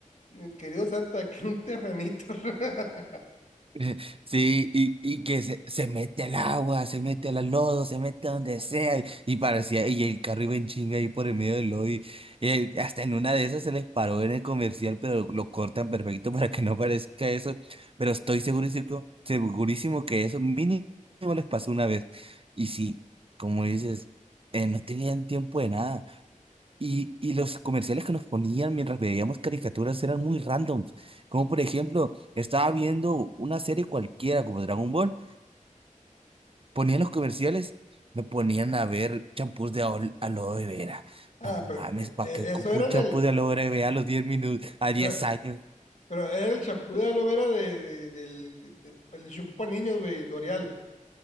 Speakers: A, on the left; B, on the right.
A: "Eh, querido Santa, <laughs> que un terrenito. <laughs>
B: <laughs> Sí, y, y que se, se mete al agua, se mete al lodo, se mete donde sea, y, y parecía, y el carro iba en chinga ahí por el medio del lodo, y, eh, hasta en una de esas se les paró en el comercial, pero lo cortan perfecto <laughs> para que no parezca eso, pero estoy segurísimo, segurísimo que eso mínimo les pasó una vez, y sí, como dices, eh, no tenían tiempo de nada. Y, y los comerciales que nos ponían mientras veíamos caricaturas eran muy randoms. Como por ejemplo, estaba viendo una serie cualquiera como Dragon Ball, ponían los comerciales, me ponían a ver champús de alo- aloe vera.
A: Ah,
B: No mames,
A: pero eh,
B: ¿para
A: eh,
B: qué ocupo
A: eso era
B: un
A: en
B: champú
A: el,
B: de aloe vera a los 10 minutos, a
A: pero
B: 10 años?
A: Pero era el champú de aloe vera de, de- del de- de- del champú para niños, güey, L'Oreal.